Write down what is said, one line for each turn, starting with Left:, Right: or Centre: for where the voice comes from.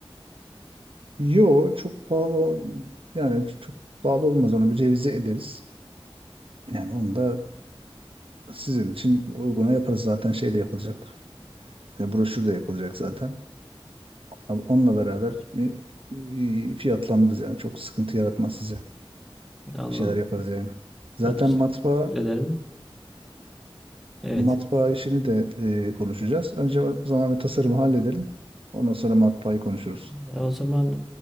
Right: Yo çok pahalı o- yani çok pahalı olmaz onu bir revize ederiz. Yani onu da Sizin için uyguna yaparız zaten şey de yapılacak. E, broşür de yapılacak zaten. Ama Onunla beraber bir e, fiyatlandırırız yani çok sıkıntı yaratmaz size.
Centre: Anladım.
Right: Bir şeyler yaparız yani. Zaten
Centre: Çok teşekkür
Right: matbaa
Centre: ederim. Evet.
Right: matbaa işini de e, konuşacağız. Önce o zaman bir tasarımı halledelim. Ondan sonra matbaayı konuşuruz.
Centre: E, O zaman